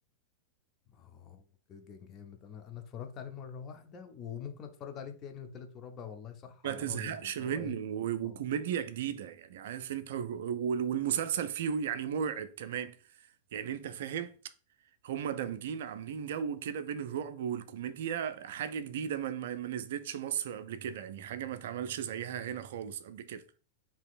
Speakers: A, on the left; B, on the right.
A: ما هو كده كان جامد انا انا اتفرجت عليه مرة واحدة وممكن اتفرج عليه تاني وتالت ورابع والله صح
B: ما
A: على
B: تزهقش
A: رأيك اللي
B: منه
A: هو ايه
B: و- وكوميديا
A: اه
B: جديدة يعني عارف أنت وال- والمسلسل فيه يعني مرعب كمان يعني أنت فاهم هما دامجين عاملين جو كده بين الرعب والكوميديا حاجة جديدة ما ما ما نزلتش مصر قبل كده يعني حاجة ما اتعملش زيها هنا خالص قبل كده